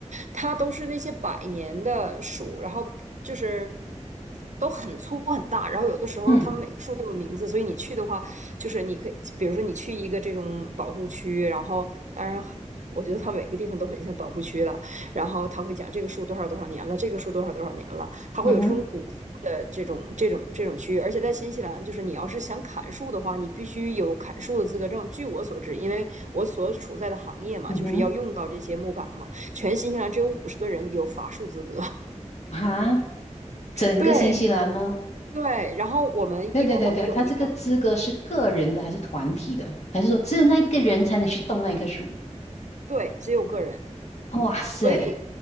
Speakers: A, on the right; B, on the left.
A: 它都是那些百年的树，然后就是都很粗很大，然后有的时候它们每棵树都有名字，
B: 嗯
A: 所以你去的话，就是你可以，比如说你去一个这种保护区，然后当然我觉得它每个地方都很像保护区了。然后他会讲这个树多少多少年了，这个树多少多少年了，他会有这种古树的这种这种这种区域。
B: 嗯哼
A: 而且在新西兰，就是你要是想砍树的话，你必须有砍树的资格证。据我所知，因为我所处在的行业嘛，
B: 嗯哼，
A: 就是要用到这些木板嘛，全新西兰只有五十个人有伐树资格。<laughs>
B: 啊，整个新西兰吗？
A: 对对，然后我们因为我们有一个
B: 对对对对，他这个资格是个人的还是团体的？还是说只有那一个人才能去动那一棵树？
A: 对，只有个人。
B: 哇塞，
A: 所以